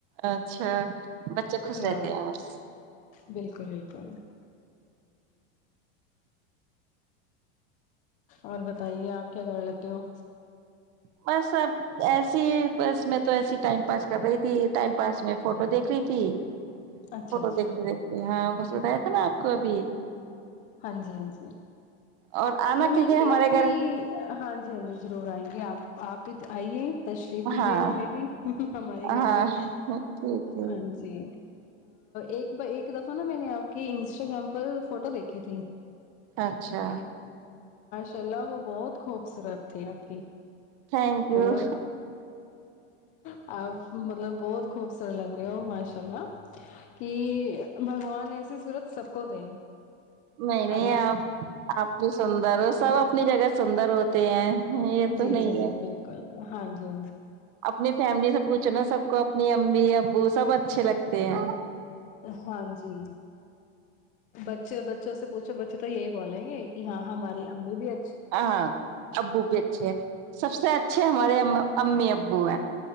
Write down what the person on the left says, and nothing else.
ہاں
بالکل بکل ک اور بتائیے آپ کیا کر لیتے ہو
اچھا
اچھا
ہاں جی ہاں جی
میں میں
نے
بھی
آپ کی
ہاں جی ہاں جی ضرور آئیں گی آپ آپ ہی آئیے تشریف دیجے
ہمیں بھی ہمارے گھر
بھی
ہاں جی ایک ایک دفعہ نا میں نے آپ کے انسٹاگررام پر فوٹو دیکھی تھی ج
چلا وہ بہت خوبصورت تھی آپھی
مطلب آ مطلب بہت خوبصورت لگ رہے ہو ماشاء اللہ کہ بھگوان ایسی صورت سب کو دیں
اللہ
جی
جی جی
بالکل ہاں جی
ہاں جی بچے بچوں سے پوچھو ب اچ تو یہی بولیں گے کہ ہاں ہماری امی بھی ا